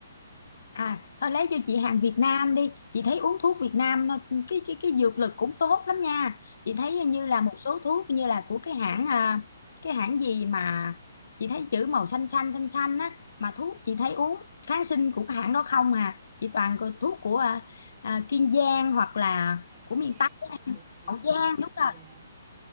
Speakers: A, on the left (about 75°); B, on the right (about 30°).
A: À, thôi lấy cho chị hàng Việt Nam đi. Chị thấy uống thuốc Việt Nam nó- cái cái cái dược lực cũng tốt lắm nha. Chị thấy như là một số thuốc như là của cái hãng à, cái hãng gì mà chị thấy chữ màu xanh xanh xanh xanh á mà thuốc chị thấy uống kháng sinh của cái hãng đó không à. Chị toàn có thuốc của à, à, Kiên Giang hoặc là
B: À, Hậu
A: của miền
B: Giang
A: Tây,
B: á hả
A: á,
B: chị? Dược
A: Hậu
B: Hậu
A: Giang
B: Giang.
A: đúng
B: Dạ,
A: rồi.